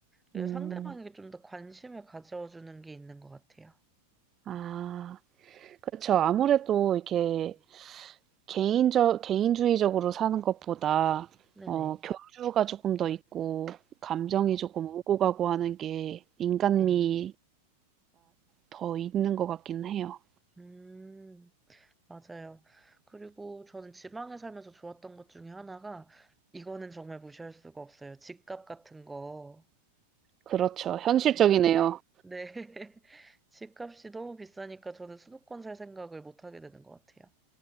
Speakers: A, in the centre; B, on the right (about 25°).
A: 그리고
B: 음.
A: 상대방에게 좀 더 관심을 가져주는 게 있는 것 같아요.
B: 아. 그렇죠. 아무래도 이렇게
A: 네.
B: 개인적 개인주의적으로 사는 것보다
A: 네네.
B: 어 교류가 조금 더 있고 감정이
A: 네.
B: 조금 오고 가고 하는 게 인간미가
A: 네.
B: 더 있는 것 같긴 해요.
A: 음, 맞아요. 그리고 저는 지방에 살면서 좋았던 것 중에 하나가, 이거는 정말 무시할 수가 없어요. 집값 같은 거.
B: 그렇죠. 현실적이네요.
A: 네. <laughs> 집값이 너무 비싸니까 저는 수도권 살 생각을 못 하게 되는 것 같아요.